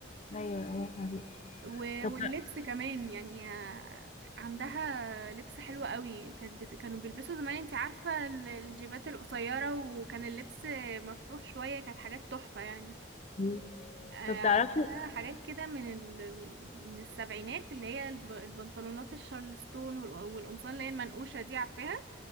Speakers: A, on the left (about 35°); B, on the right (about 60°).
A: أيوه أيوه فاهمك
B: و-
A: طب
B: واللبس
A: تع-
B: كمان يعني آه، عندها لبس حلو قوي كانت بت... كانوا بيلبسوا زمان انتي عارفة ال- الجيبات القصيرة وكان اللبس مفتوح شوية كانت حاجات تحفة يعني
A: مم.
B: آه،
A: طب
B: عندها
A: تعرفي
B: حاجات كده من ال... من السبعينات اللي هي الب... البنطلونات الشارلستون وال... والقمصان اللي هي المنقوشة دي عارفاها